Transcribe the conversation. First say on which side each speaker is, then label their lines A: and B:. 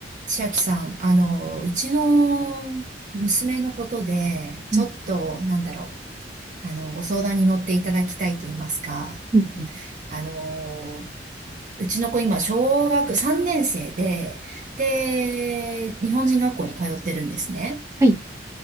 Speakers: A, on the right (about 40°); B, on the right (about 15°).
A: 千秋さん、あの、うちの娘のことで、
B: うん、
A: ちょっと、なんだろう、あの、ご相談に乗っていただきたいと言いますか、
B: うん、うん。
A: あの、うちの子今、小学3年生で、で、日本人学校に通ってるんですね。
B: はい。